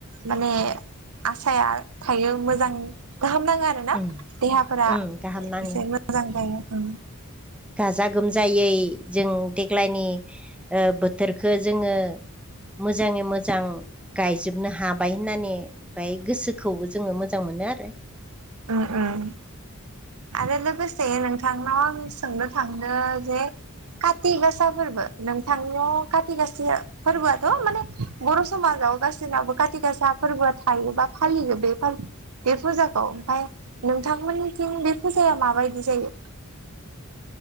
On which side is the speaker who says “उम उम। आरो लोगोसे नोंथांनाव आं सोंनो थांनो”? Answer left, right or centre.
Right